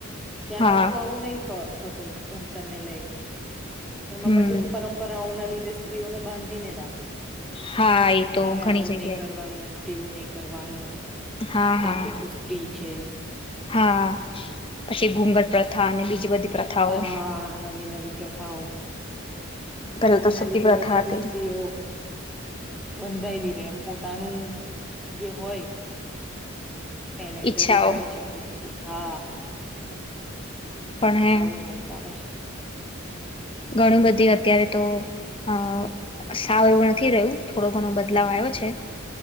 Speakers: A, in the centre; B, on the left.
A: ત્યાં
B: હા
A: પાછું આવું નહીં થય. થતું ભણતર ને લઈને. એમાં
B: હમ
A: પછી પરંપરાઓના લીધી. સ્ત્રીઓને બાંધીને રાખે.
B: હા એ
A: કે
B: તો
A: તારે
B: ઘણી
A: આવું
B: જગ્યાએ
A: નહી કરવાનું તેવું નહી. કરવાનું.
B: હા
A: કેમ
B: હા
A: કે તું સ્ત્રી છે.
B: હા પછી ઘુંગર પ્રથ. થા અને બીજી બધી. પ્રથાઓ
A: હા નવી નવી પ્રથાઓ.
B: પેલા તો
A: એના
B: સતી
A: લીધે
B: પ્રથા
A: બચારી
B: હતી
A: સ્ત્રીઓ બંધાઈ <unintelligible> જેમ પોતાનું જે હોય. ટેલેન્ટ
B: ઈચ્છાઓ
A: એ દેખાડી શકતી નથી હા
B: પણ
A: આવું હાલ ચાલે છે.
B: ઘણી બધી અત્યારે તો અ સાવ એવું નથી રહ્યું થોડો ઘણો બદલાવ આવ્યો છે.